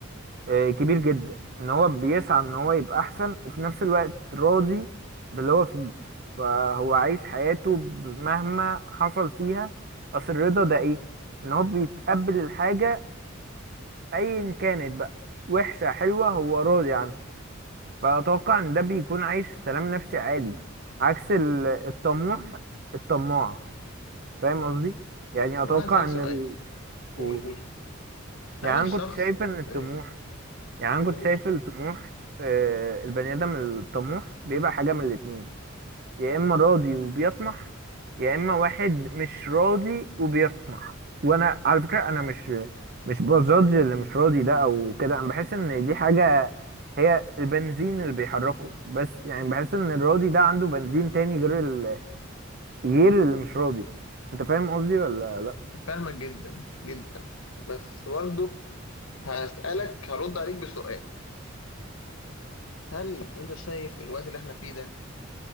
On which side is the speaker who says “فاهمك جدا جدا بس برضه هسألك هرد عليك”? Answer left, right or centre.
Left